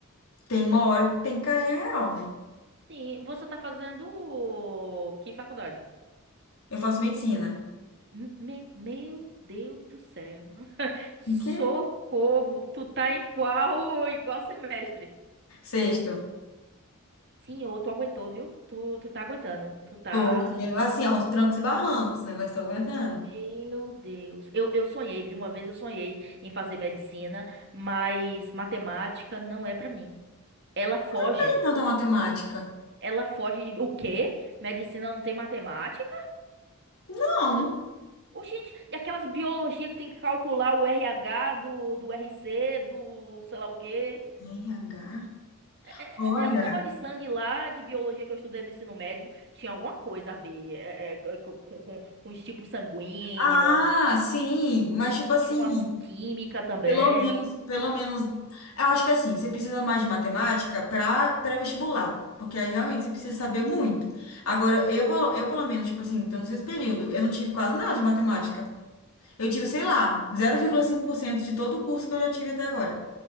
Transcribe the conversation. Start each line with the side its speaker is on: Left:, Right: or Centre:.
Left: tem uma hora que tem que cair a real, né?
Right: Sim, você tá fazendo que faculdade?
Left: Eu faço medicina.
Right: M- me- meu Deus do céu. Socorro!
Left: O Que?
Right: Tu tá em qual, em qual semestre?
Left: Sexto.
Right: Senhor, tu aguentou, viu? Tu, tu tá aguentando. Tu tá.
Left: Tô, eu, assim, aos trancos e barrancos, né? Mas tô aguentando.
Right: Meu Deus. Eu, eu sonhei, viu? Uma vez eu sonhei em fazer medicina, mas matemática não é pra mim. Ela foge.
Left: Não tem tanta matemática.
Right: Ela foge de. O quê? Medicina não tem matemática?
Left: Não.
Right: Oxente, e aquelas biologia que tem que calcular o RH do, do RC, do sei lá o quê?
Left: RH?
Right: É, é-
Left: Olha,
Right: é é um negócio de sangue lá, de biologia que eu estudei no ensino médio, tinha alguma coisa a ver é, é, é, com, com, com com os tipos sanguíneos,
Left: ah, sim, mas tipo assim,
Right: tinha umas química também.
Left: pelo menos, pelo menos, eu acho que assim, você precisa mais de matemática para pré-vestibular, porque aí realmente você precisa saber muito. Agora, eu, pelo- eu pelo menos, tipo assim, então nesse período, eu não tive quase nada de matemática. Eu tive, sei lá, 0,5% de todo o curso que eu já tive até agora.